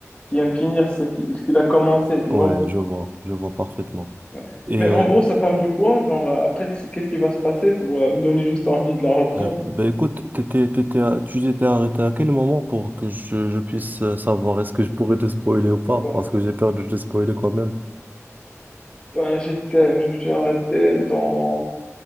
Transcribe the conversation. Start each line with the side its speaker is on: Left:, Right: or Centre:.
Left: qui aime finir ce qui, ce qu'il a commencé, tu
Right: Ouais,
Left: vois.
Right: je vois, je vois parfaitement.
Left: Ouais.
Right: Et
Left: Mais
Right: euh,
Left: en gros, ça parle de quoi? Genre, euh, après, qu'est-ce qui va se passer pour euh, me donner juste envie de la reprendre?
Right: euh, bah, écoute, t'étais, t'étais à- tu t'étais arrêté à quel moment pour que je, je puisse euh, savoir est-ce que je pourrais te spoiler ou pas?
Left: Bon,
Right: Parce que j'ai peur de te spoiler quand même.
Left: ben, j'étais, je me suis arrêté dans